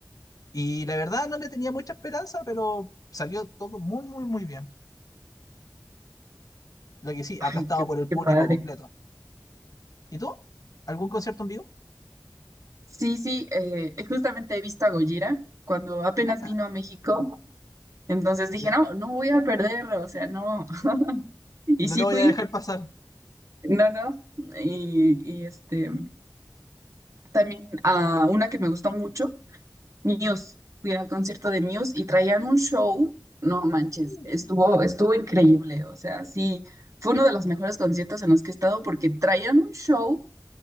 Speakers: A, on the left; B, on the right.
A: y la verdad no le tenía mucha esperanza, pero salió todo muy, muy, muy bien. Lo que sí,
B: Ay,
A: aplastado
B: qué,
A: por el público
B: qué padre.
A: completo. ¿Y tú? ¿Algún concierto en vivo?
B: Sí, sí, eh, justamente he visto a Gojira cuando apenas
A: Ah,
B: vino a México, entonces dije,
A: ya.
B: no, no voy a perder, o sea, no. <laughs> Y
A: No
B: sí
A: lo voy
B: fui,
A: a dejar pasar.
B: no, no. Y, y, este, también a una que me gustó mucho, Muse. Fui al concierto de Muse y traían un show, no manches,
A: Uh,
B: estuvo, estuvo increíble, o sea, sí, fue uno de los mejores conciertos en los que he estado porque traían un show